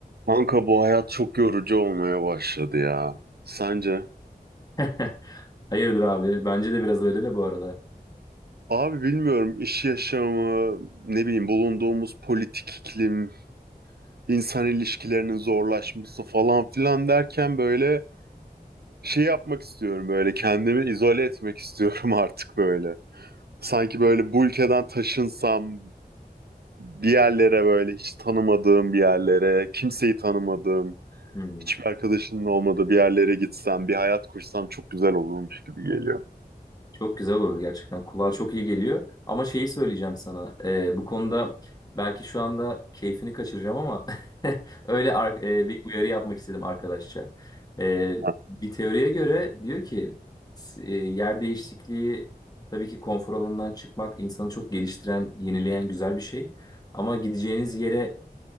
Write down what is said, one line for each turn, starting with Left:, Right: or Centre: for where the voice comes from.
Right: Kanka bu hayat çok yorucu olmaya başladı ya. Sence?
Left: <laughs> Hayırdır abi? Bence de biraz öyle de bu arada.
Right: Abi bilmiyorum iş yaşamı, ne bileyim bulunduğumuz politik iklim, insan ilişkilerinin zorlaşması falan filan derken böyle şey yapmak istiyorum böyle kendimi izole etmek istiyorum <laughs> artık böyle. Sanki böyle bu ülkeden taşınsam bir yerlere böyle hiç tanımadığım bir yerlere, kimseyi tanımadığım,
Left: Hmm,
Right: hiçbir arkadaşının olmadığı bir yerlere gitsem, bir hayat kursam çok güzel olurmuş gibi geliyor.
Left: Çok güzel olurdu gerçekten. Kulağa çok iyi geliyor. Ama şeyi söyleyeceğim sana. Ee, bu konuda belki şu anda keyfini kaçıracağım ama <laughs> öyle ar- e, bir uyarı yapmak istedim arkadaşça. Ee,
Right: <laughs>
Left: bir teoriye göre diyor ki s- e, yer değişikliği tabii ki konfor alanından çıkmak insanı çok geliştiren, yenileyen güzel bir şey. Ama gideceğiniz yere